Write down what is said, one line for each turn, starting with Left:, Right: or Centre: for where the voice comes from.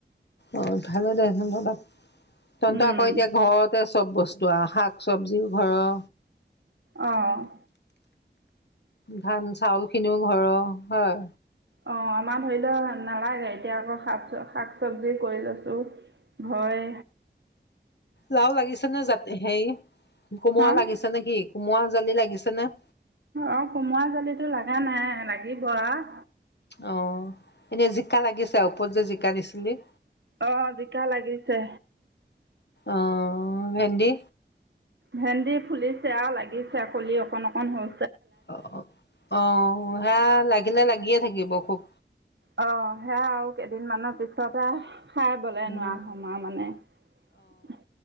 Left: অ', ভালে দে ধন্যবাদ। তন্ত
Right: উম
Left: আকৌ এতিয়া ঘৰতে আছ চব বস্তু আহ', শাক চবজিও ঘৰৰ।
Right: অহ ',
Left: ধান চাউল খিনিও ঘৰ হয়।
Right: অ ', আমাৰ ধৰি লও নালাগে এতিয়া আকৌ শাক চ - শাক চবজি কৰি লৈছো ঘৰৰে
Left: লাও লাগিছে নে যা হেই কোমোৰ
Right: হা
Left: লাগিছে নে কি? কোমোৰা জালি লাগিছে নে?
Right: অ', কোমৰা জালিতো লগা নাই লাগিব আৰু
Left: অ', এতিয়া জিকা লাগিছে ওপৰত যে জিকা দিছিলি?
Right: আহ', জিকা লাগিছে।
Left: অ', ভেন্দি?
Right: ভেন্দি ফুলিছে লাগিছে কলি অকন -অকন হল।
Left: অ', - অ', আঁহ ', লাগিলে লাগিয়ে থাকে। গিব খুব
Right: অ', সেয়া আৰু কেইদিনমানৰ পিছতে হে খাই বলে
Left: উম
Right: নোৱাৰ হম মানে উম ',